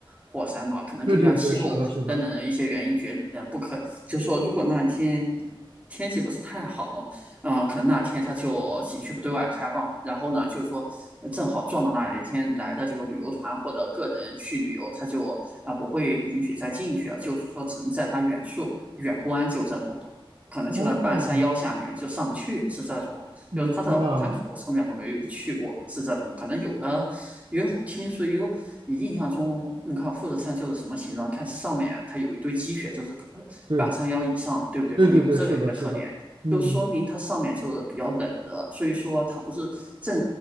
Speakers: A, on the right; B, on the right.
A: 火山吧，可能根据它气候等等的一些原因决定不可就是说，
B: 对对对，是的，是的，
A: 如果那天天气不是太好，啊、可能那天它就景区不对外开放，然后呢，就说呃正好撞到那一天来的这个旅游团或者个人去旅游，他就啊、不会允许再进去了，就是说只能在它远处远观，就这种可能就在半山腰下面就上不去，
B: 哦，
A: 是这种。
B: 明白了，
A: 就它的火山口上面我没去过，是这种。可能有的，因为听说有，你印象中，你看富士山就是什么形状？看上面它有一堆积雪，就是呃半山腰以上，
B: 对，
A: 对不对？
B: 对对对，
A: 它有这个一个特点，
B: 是的，是的，嗯，
A: 就说明它上面就是比较冷的，所以说它不是正，